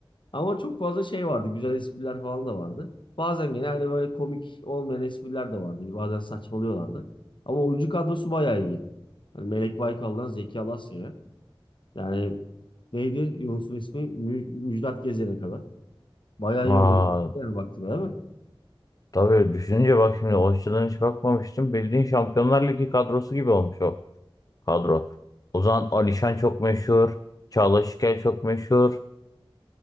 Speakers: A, on the left (about 60°); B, on the left (about 40°).
A: Ama çok fazla şey vardı. Güzel espriler falan da vardı. Bazen gene hani böyle komik olmayan espriler de vardı. Bazen saçmalıyorlardı. Ama oyuncu kadrosu bayağı iyi. Hani Melek Baykal'dan Zeki Alasya'ya. Yani neydi Yunus'un ismi? Mü- Müjdat Gezen'e kadar. Bayağı
B: <laughs> Vay.
A: iyi oyuncu. Yani baktığına değil mi?
B: Tabii düşününce bak şimdi o açıdan hiç bakmamıştım. Bildiğin Şampiyonlar Ligi kadrosu gibi olmuş o kadro. Ozan Alişan çok meşhur. Çağla Şikel çok meşhur.